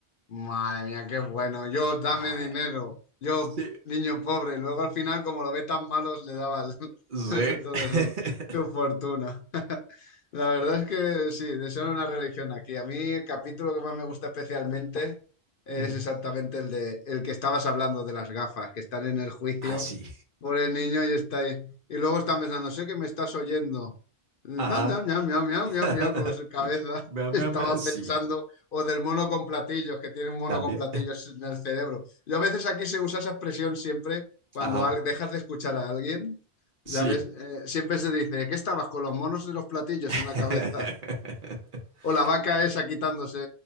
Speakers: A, on the left; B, on the right.
A: Madre mía, qué bueno. Yo, dame
B: Ah,
A: dinero. Yo,
B: sí,
A: niño pobre. Luego al final, como lo ve tan malos, le daba el-
B: sí.
A: <laughs> todo
B: <laughs>
A: su, su fortuna. <laughs> La verdad
B: Eh,
A: es que sí, desean una religión aquí. A mí el capítulo que más me gusta especialmente es
B: ujú.
A: exactamente el de el que estabas hablando de las gafas, que están en el juicio
B: Ah, sí.
A: por el niño y está ahí. Y luego están pensando, sé que me estás oyendo.
B: Ajá.
A: Miau, miau, miau, miau, miau,
B: <laughs>
A: miau, miau, como su cabeza
B: Me,
A: <laughs>
B: me,
A: estaba
B: me, sí,
A: pensando. O del mono con platillos, que tiene un mono
B: también.
A: con platillos en el cerebro. Yo a veces aquí se usa esa expresión siempre cuando
B: Ajá,
A: al- dejas de escuchar a alguien, ya
B: sí.
A: ves, Eh, siempre se dice, ¿qué estabas con los monos y los platillos
B: <laughs>
A: en la cabeza? O la vaca esa quitándose